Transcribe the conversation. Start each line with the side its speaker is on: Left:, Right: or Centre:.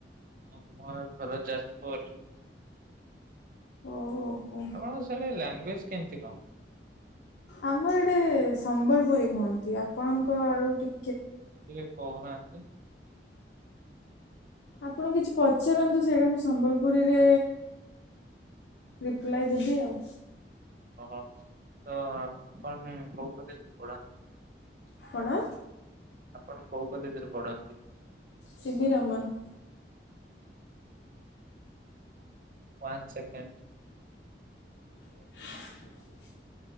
Right: ଆମ ଘର ଯାଜପୁର। ଆପଣଙ୍କ
Left: ଓହୋ
Right: ସ୍ୟାଡେ ଲାଙ୍ଗୁଏଜ କେମିତି କଣ
Left: ଆମର ଏଠି ସମ୍ବଲପୁରୀ କୁହନ୍ତି ଆପଣଙ୍କ ଆଡୁ ଟି
Right: ଟିକେ କହୁନାହାନ୍ତି। <inaudible>
Left: ଆପଣ କିଛି ପଚାରନ୍ତୁ ସେଇଟା ମୁଁ ସମ୍ବଲପୁରୀରେ ରିପ୍ଲାଏ ଦେବି ଆଉ।
Right: ହଁ ତ ଆପଣ କୋଉ କଲେଜରେ ପଢନ୍ତି?
Left: କଣ?
Right: ଆପଣ କୋଉ କଲେଜରେ ପଢନ୍ତି?
Left: ସିିବି ରମନ୍।
Right: One second.
Left: <unintelligible>